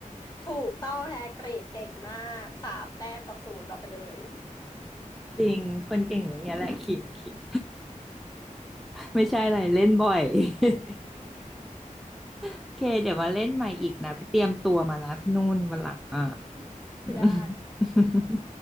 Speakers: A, on the left; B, in the centre.
A: ถูกต้องแฮกรีดเก่งมากสามแต้มต่อศูนย์เอาไปเลย
B: จริงคนเก่งอย่างเงี้ยแหละขิงขิง <laughs> ไม่ใช่อะไรเล่นบ่อย <laughs> โอเคเดี๋ยวมาเล่นใหม่อีกนะไปเตรียมตัวมานะพี่นุ่นวันหลังอ่ะ
A: <laughs> ไม่ได้
B: <laughs>